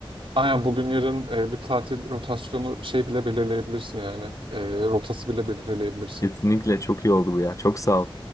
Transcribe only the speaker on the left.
Kesinlikle çok iyi oldu bu ya. Çok sağ ol.